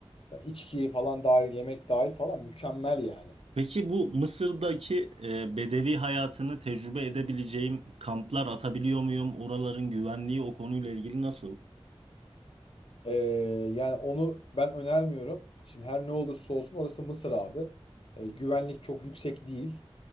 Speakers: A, on the left (about 60°); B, on the right (about 75°).
A: Ya İçki falan dahil, yemek dahil falan mükemmel yani.
B: Peki bu Mısır'daki e, bedevi hayatını tecrübe edebileceğim kamplar atabiliyor muyum? Oraların güvenliği o konuyla ilgili nasıl?
A: Ee, yani onu ben önermiyorum. Şimdi her ne olursa olsun orası Mısır abi. Ee, güvenlik çok yüksek değil.